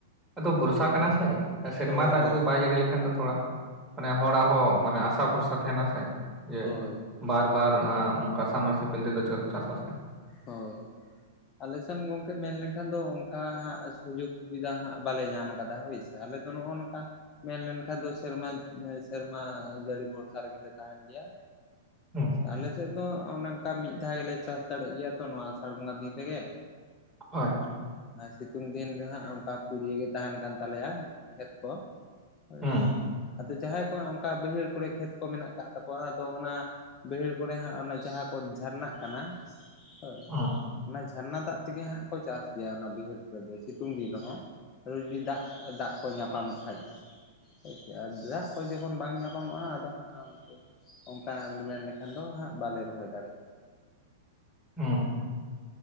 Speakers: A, in the centre; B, on the left.
A: ᱟᱫᱚ ᱵᱚᱨᱥᱟ ᱠᱟᱱᱟ ᱥᱮ ᱥᱮᱨᱢᱟ
B: ᱦᱳᱭ
A: ᱫᱟᱜ
B: ᱦᱳᱭ
A: ᱡᱩᱫᱤ ᱵᱟᱭ ᱡᱟᱹᱲᱤ ᱞᱮᱠᱷᱟᱱ ᱫᱚ ᱛᱷᱚᱲᱟ ᱢᱟᱱᱮ ᱦᱚᱲᱟᱜ ᱦᱚᱸ ᱢᱟᱱᱮ ᱟᱥᱟ ᱵᱷᱚᱨᱥᱟ ᱛᱟᱦᱮᱸᱱᱟ ᱥᱮ ᱡᱮ
B: ᱦᱳᱭ
A: ᱵᱟᱨ ᱵᱟᱨ ᱚᱱᱠᱟ ᱥᱟᱵᱢᱟᱨᱥᱟᱞ ᱛᱮᱫᱚ <unintelligible> ᱪᱟᱥᱵᱟᱥ
B: ᱦᱳᱭ ᱟᱞᱮᱥᱮᱱ ᱜᱚᱝᱠᱮ ᱢᱮᱱ ᱞᱮᱠᱷᱟᱱ ᱫᱚ ᱚᱱᱠᱟ ᱦᱟᱸᱜ ᱥᱩᱡᱳᱜᱽ ᱥᱩᱵᱤᱫᱷᱟ ᱦᱟᱸᱜ ᱵᱟᱞᱮ ᱧᱟᱢ ᱟᱠᱟᱫᱟ ᱦᱳᱭᱥᱮ ᱛᱟᱦᱚᱞᱮ ᱱᱚᱜᱼᱚ ᱱᱚᱝᱠᱟ ᱢᱮᱱᱞᱮᱱᱠᱷᱟᱱ ᱫᱚ ᱥᱮᱨᱢᱟ ᱥᱮᱨᱢᱟ ᱡᱟᱹᱲᱤ ᱵᱷᱚᱨᱥᱟ ᱨᱮᱜᱮᱞᱮ ᱛᱟᱦᱮᱱ ᱜᱮᱭᱟ
A: ᱦᱩᱸ ᱦᱩᱸ
B: ᱟᱞᱮ ᱥᱮᱫ ᱫᱚ ᱚᱱᱮ ᱚᱱᱠᱟ ᱢᱤᱫ ᱫᱷᱟᱣ ᱜᱮᱞᱮ ᱪᱟᱥ ᱫᱟᱲᱮᱜ ᱜᱮᱭᱟ ᱛᱚ ᱱᱚᱣᱟ ᱟᱥᱟᱲ ᱵᱚᱸᱜᱟ ᱫᱤᱱ ᱨᱮᱜᱮ
A: ᱦᱳᱭ
B: ᱟᱨ ᱥᱤᱛᱩᱝ ᱫᱤᱱ ᱫᱚ ᱦᱟᱸᱜ ᱚᱱᱠᱟ ᱯᱩᱲᱤᱭᱟᱹ ᱜᱮ ᱛᱟᱦᱮᱱ ᱠᱟᱱ ᱛᱟᱞᱮᱭᱟ ᱠᱷᱮᱛ ᱠᱚ ᱦᱳᱭ
A: ᱦᱩᱸ
B: ᱟᱫᱚ ᱡᱟᱦᱟᱸᱭ ᱠᱚᱣᱟᱜ ᱚᱱᱠᱟ ᱵᱟᱹᱭᱦᱟᱹᱲ ᱠᱚᱨᱮ ᱠᱷᱮᱛ ᱠᱚ ᱢᱮᱱᱟᱜ ᱟᱠᱟᱫ ᱛᱟᱠᱚᱣᱟ ᱟᱫᱚ ᱚᱱᱟ ᱵᱟᱹᱭᱦᱟᱹᱲ ᱠᱚᱨᱮ ᱦᱟᱸᱜ ᱚᱱᱟ ᱡᱟᱦᱟᱸ ᱠᱚ ᱡᱷᱟᱨᱱᱟᱜ ᱠᱟᱱᱟ ᱦᱳᱭ
A: ᱦᱩᱸ
B: ᱚᱱᱟ ᱡᱷᱟᱨᱱᱟ ᱫᱟᱜ ᱛᱮᱜᱮ ᱦᱟᱸᱜ ᱠᱚ ᱪᱟᱥ ᱜᱮᱭᱟ ᱚᱱᱟ ᱵᱟᱹᱭᱦᱟᱹᱲ ᱠᱚᱨᱮ ᱫᱚ ᱥᱤᱛᱩᱝ ᱫᱤᱱ ᱨᱮᱦᱚᱸ ᱨᱩᱫᱤ ᱫᱟᱜ ᱫᱟᱜ ᱠᱚ ᱧᱟᱯᱟᱢᱚᱜ ᱠᱷᱟᱡ ᱫᱚ ᱦᱳᱭᱥᱮ ᱟᱨ ᱫᱟᱜ ᱠᱚ ᱡᱚᱠᱷᱚᱱ ᱵᱟᱝ ᱧᱟᱯᱟᱢᱚᱜᱼᱟ ᱟᱫᱚ ᱦᱟᱸᱜ ᱩᱱᱠᱩ ᱚᱱᱠᱟ ᱢᱮᱱ ᱞᱮᱠᱷᱟᱱ ᱫᱚ ᱦᱟᱸᱜ ᱵᱟᱞᱮ ᱨᱚᱦᱚᱭ ᱫᱟᱲᱮᱜ ᱜᱮᱭᱟ
A: ᱦᱩᱸ